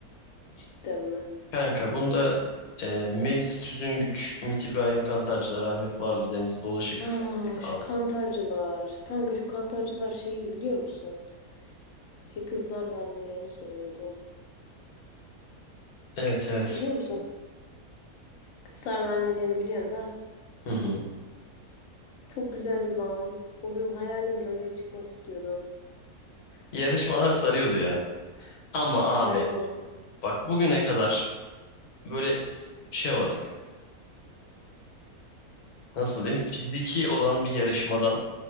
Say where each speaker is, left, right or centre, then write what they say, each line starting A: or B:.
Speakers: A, on the left; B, on the left.
A: Cidden mi?
B: Kanka bunda e, Melis Tüzüngüç, Ümit İbrahim Kantarcılar, Ahmet Varlı, Deniz Bolaşık,
A: Ha,
B: Fatih
A: şu
B: Al.
A: kantarcılar. Kanka şu kantarcılar şeydi biliyor musun? Şey kızlar ve annelerini sunuyordu.
B: Evet evet.
A: Biliyor musun? Kızlar ve annelerini biliyorsun da.
B: Hı hı.
A: Çok güzeldi lan. O benim hayalimdi oraya çıkmak istiyordum.
B: Yarışmalar sarıyordu ya. Ama abi
A: Aynen.
B: bak bugüne kadar böyle şey olarak nasıl diyeyim fiziki olan bir yarışmadan